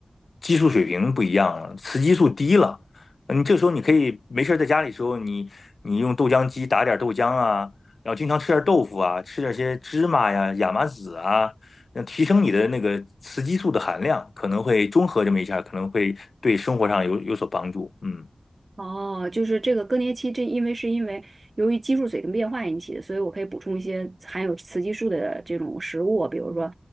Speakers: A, on the left; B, on the right.
A: 激素水平不一样了，雌激素低了，你这时候你可以没事儿在家里的时候，你你用豆浆机打点豆浆啊，然后经常吃点豆腐啊，吃点些芝麻呀、亚麻籽啊。那提升你的那个雌激素的含量，可能会综合这么一下，可能会对生活上有有所帮助。嗯
B: 哦，就是这个更年期，这因为是因为由于激素水平变化引起的，所以我可以补充一些含有雌激素的这种食物，比如说